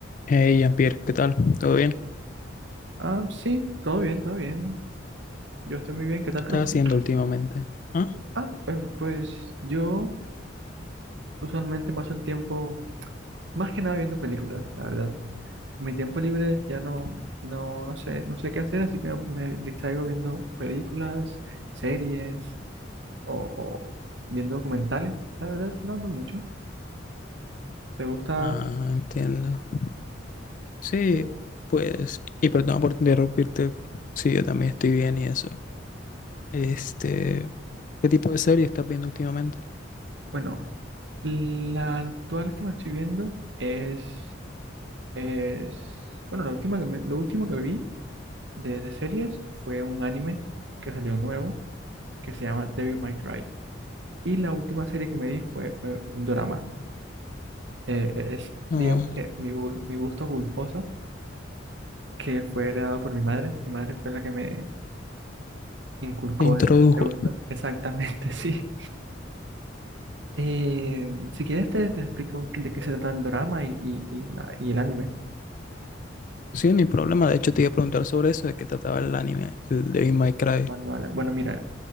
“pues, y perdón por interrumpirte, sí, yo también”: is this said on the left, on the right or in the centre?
Left